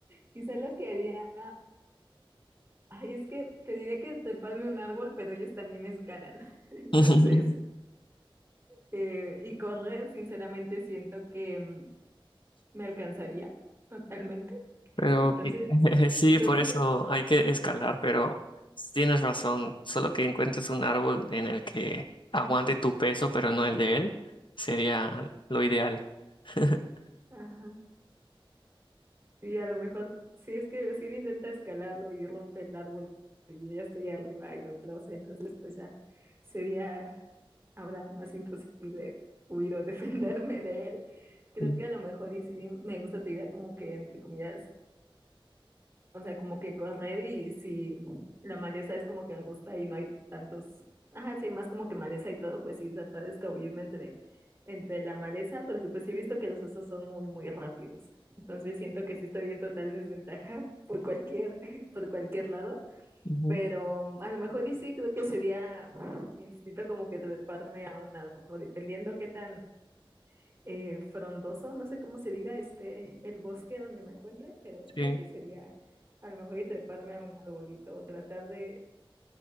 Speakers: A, on the right; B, on the left.
A: Quizá lo que haría, ay, es que te diría que treparme a un árbol, pero ellos también escalan. <laughs> Entonces,
B: <laughs>
A: eh, y correr, sinceramente, siento que mm, me alcanzaría totalmente. <laughs>
B: Pero
A: Entonces,
B: qui- <laughs> sí,
A: creo
B: por
A: que
B: eso
A: me...
B: hay que escalar, pero tienes razón, solo que encuentres un árbol en el que aguante
A: Ujú.
B: tu peso, pero no el de él, sería lo ideal. <laughs>
A: Ajá. Sí, a lo mejor, sí es que si él intenta escalarlo y rompe el árbol y yo ya estoy arriba y lo troza, entonces pues ya sería ahora más imposible huir o <laughs> defenderme de él. Creo
B: Ujú,
A: que a lo mejor y sí me gusta tu idea como que entre comillas o sea, como que correr y si la maleza es como que angusta y no hay tantos, ajá, sí, hay más como que maleza y todo, pues sí, tratar de escabullirme entre, entre la maleza, porque pues sí he visto que los osos son muy, muy rápidos. Entonces siento que sí estoy en total desventaja por cualquier, <laughs> por cualquier lado,
B: ujú,
A: pero a lo mejor y sí, creo que sería mi instinto como que treparme a un árbol, o dependiendo qué tan eh, frondoso, no sé cómo se diga, este, el bosque donde me encuentre, pero
B: Sí.
A: creo que sería a lo mejor y treparme a un arbolito o tratar de,